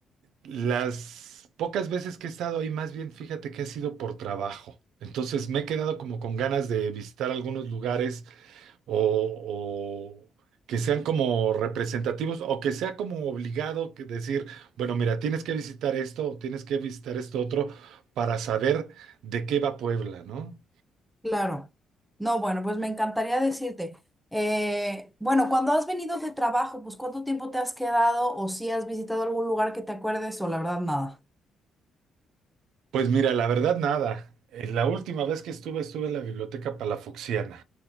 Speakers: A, on the right; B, in the centre.
A: las pocas veces que he estado ahí, más bien fíjate que ha sido por trabajo. Entonces me he quedado como con ganas de visitar algunos lugares o, o que sean como representativos o que sea como obligado que decir, bueno, mira, tienes que visitar esto o tienes que visitar esto otro para saber de qué va Puebla, ¿no?
B: Claro. No, bueno, pues me encantaría decirte, eh, bueno, cuando has venido de trabajo, pues ¿cuánto tiempo te has quedado o si has visitado algún lugar que te acuerdes o la verdad nada?
A: Pues mira, la verdad nada. Eh, La última vez que estuve, estuve en la Biblioteca Palafoxiana.